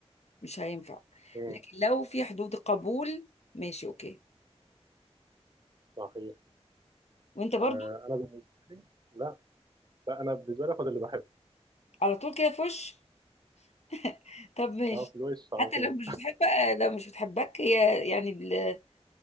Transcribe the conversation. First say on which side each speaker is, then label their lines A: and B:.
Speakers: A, on the left (about 80°); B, on the right (about 40°).
A: مش هينفع
B: مم،
A: لكن لو في حدود قبول ماشي اوكي
B: صحيح
A: وانت برضو
B: آه، انا بالنسبة لي لا لا انا بالنسبة لي اخد اللي بحبه
A: على طول كده في وش <laughs> طب ماشي
B: اه في الوش
A: حتى
B: على طول
A: لو مش بتحب لو مش بتحبك هي يعني ال-